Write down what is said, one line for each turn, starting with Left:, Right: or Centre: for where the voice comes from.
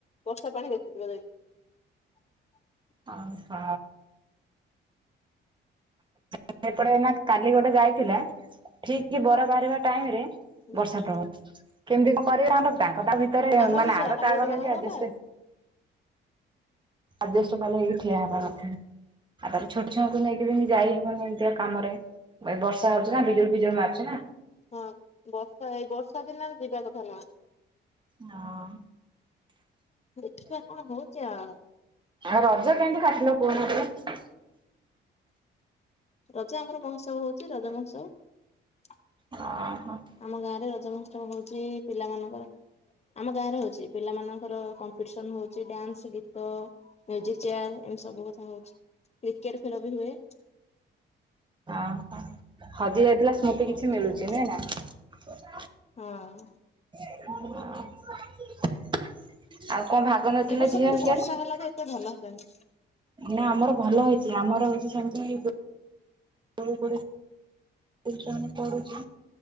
Left: ବର୍ଷା ପାଣି ବେଶିଥିବ <unintelligible>
Right: ଅ ହ। ସେପଟେ ଏଇନା କାଲି ଗୋଟେ ଯାଇଥିଲା ଠିକ ବର ବାହାରିବା ଟାଇମ ରେ
Left: ଯେମିତି।
Right: ବର୍ଷା ଟପ କେମିତି କଁ କରିବେ <unintelligible> ଛତା ଭିତରେ
Left: ଆମର
Right: ମାନେ
Left: ବି ସେଇଆ
Right: ଆ ଘର
Left: କାଲି
Right: ତାଘର
Left: ଗୋଟେ ବାହାଘର
Right: ଏମତି ଆଡଜେଷ୍ଟ
Left: ହେଲା
Right: ଆଡଜଷ୍ଟ ପାଲେ ହେଇକି ଠିଆ ହବା
Left: ହଁ
Right: କଥା ଆଉ ତାର ଛୋଟ ଛୁଆଙ୍କୁ ନେଇ କିରି ଯାଇହବନି ଏମିତିଆ କାମରେ, ଏ ବର୍ଷା ହଉଛି ନା ବିଜୁଳି ଫିଜୁଳି ମାରୁଛି ନା
Left: ହଁ ବର୍ଷା ଏଇ ବର୍ଷା ଦିନରେ ଯିବା କଥା ନୁହଁ।
Right: ହଁ।
Left: ଦେଖିବା କଣ ହଉଚି ଆଉ।
Right: ଆଉ ରଜ କେମତି କାଟିଲ କହୁନ ଟିକେ?
Left: ରଜ ଆମର ମହୋତ୍ସବ ହଉଛି, ରଜ ମହୋତ୍ସବ।
Right: ଅଁ।
Left: ଆମ ଗାଁରେ ରଜ ମହୋତ୍ସବ ହଉଛି ପିଲା ମାନଙ୍କର। ଆମ ଗାଁରେ ହଉଚି, ପିଲା ମାନଙ୍କର କମ୍ପିଡିସନ ହଉଚି ଡ୍ୟାନ୍ସ, ଗୀତ ମ୍ୟୁଜିକ ଚେୟାର ଏମତି ସବୁ କଥା ହଉଚି କ୍ରିକେଟ ଖେଳ ବି ହୁଏ।
Right: ଓ ହୋ ହଜି ଯାଇଥିଲା, ସ୍ମୃତି
Left: ହଉଛି
Right: କିଛି ମିଳୁଛି
Left: ଆଉ
Right: ନୁହେଁ ନା।
Left: ହଁ।
Right: ହୁଁ ଆଉ କଣ ଭାଗ ନେଇଥିଲେ
Left: ଏ ବର୍ଷ
Right: ଝିଅ?
Left: କିନ୍ତୁ
Right: <unintelligible>
Left: ବର୍ଷା ହେଲା ଯେ ଏତେ ଭଲ ହେଲାନି
Right: ନା ଆମର ଭଲ ହେଇଛି, ଆମର ହଉଛି ସେମିତି <unintelligible> <unintelligible> ପଡୁଚି।